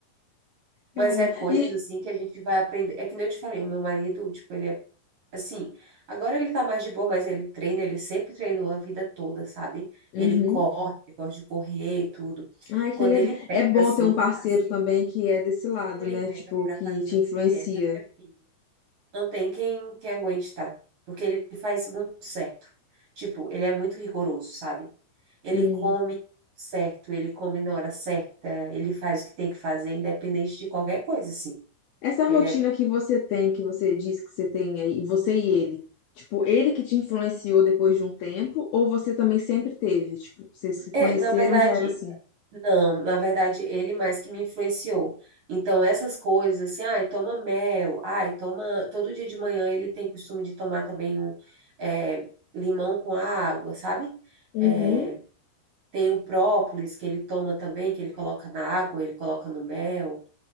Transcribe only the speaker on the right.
Mas
é coisas
assim que a gente vai aprender. É que nem eu te falei, o meu marido, tipo, ele é assim. Agora ele tá mais de boa, mas ele treina, ele sempre treinou a vida toda, sabe?
Ele corre, ele gosta de correr e tudo.
Quando
ele pega
assim
pra
fazer,
quando ele
pega
pra
fazer
uma
dieta, minha filha, não tem quem quem aguente, tá? Porque ele faz muito certo. Tipo, ele é muito rigoroso, sabe? Ele
come certo, ele come na hora certa, ele faz o que tem que fazer, independente de qualquer coisa, assim.
Ele é
É,
na verdade,
não, na verdade, ele mais que me influenciou. Então, essas coisas, assim, ai, toma mel, ai, toma. Todo dia de manhã ele tem costume de tomar também um é, limão com água, sabe?
É, tem o própolis que ele toma também, que ele coloca na água, ele coloca no mel.